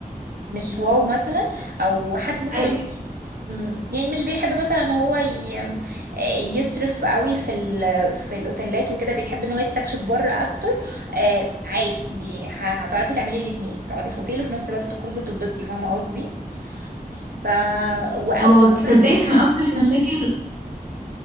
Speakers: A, on the right; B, on the right.
A: مش واو مثلا او حد مثلا
B: أي-
A: مم. يعني مش بيحب مثلا ان هو ي- يصرف قوي في ال... في الاوتيلات وكده بيحب ان هو يستكشف بره اكتر آه عادي بي... ه- هتعرفي تعملي الاتنين تقعدي في اوتيل وفي نفس الوقت تخرجي وتتبسطي فاهمه قصدي ف و...
B: اه
A: وانصحك
B: تصدقي
A: برضه
B: إن من أكتر المشاكل